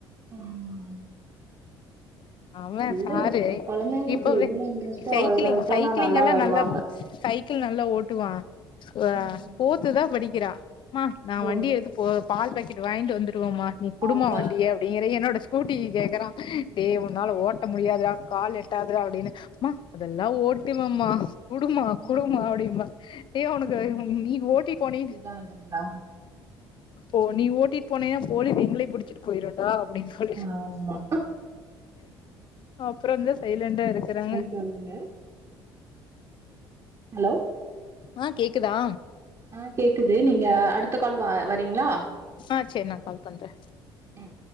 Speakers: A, on the right (about 30°); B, on the left (about 40°).
A: ம்
B: அவே
A: எதுல
B: சாரு
A: கொழந்தைங்களுக்கு
B: இப்போவே
A: எதுல இன்ட்ரெஸ்ட்டோ
B: சைக்கிளிங்
A: அதுல விட்டோனா
B: சைக்கிளிங் எல்லா
A: வருவாங்க
B: நல்லா சை க்கிள் நல்லா ஓட்டுவா அ
A: ம்
B: ஃபோர்த்துதா படிக்கிறா மா நா
A: ஓ
B: வண்டிய எடுத் போ பால் பாக்கெட் வாங்கிட்டு வந்துருவம்மா நீ குடும்மா
A: அப்பா
B: வண்டிய டிங்கிற என்னோட ஸ்கூட்டி கேக்குறா டே ஒன்னால ஓட்ட ட்ட முடியாதுடா கால் எட்டாதுடா அப்டின்னு மா அம்மா அதெல்லா ஓட்டுவம்மா குடுமா
A: ம்
B: குடுமா அப்டிம்பா ஏ ஒனக்கு நீ ஓட்டிட் போனினா
A: அதுங் தா
B: ஓ நீ ஓட்டிட்டு போனின்னா போலீஸ் எங்களே புடிச்சிட்டு போயிருடா அப்டின் சொல்லிட்
A: ஆமா
B: அப்பறந்தா சைலண்டா இருக்குறாங்க
A: அங்க ஹலோ
B: ஆ கேக்குதா
A: ஆ கேக்குது நீங்க அடுத்த கால் வ வரீங்ளா
B: ஆ சேர் நா கால் பண்றே
A: ம்